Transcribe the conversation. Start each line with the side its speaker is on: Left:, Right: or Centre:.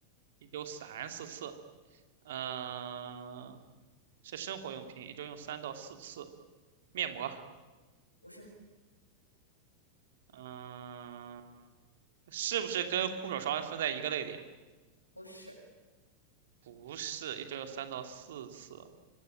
Right: 一周三四次。嗯、是生活用品，一周用三到四次。面膜，
Left: 不是，
Right: 嗯、是不是跟护手霜分在一个类里啊？
Left: 不是，
Right: 不是，一周有三到四次。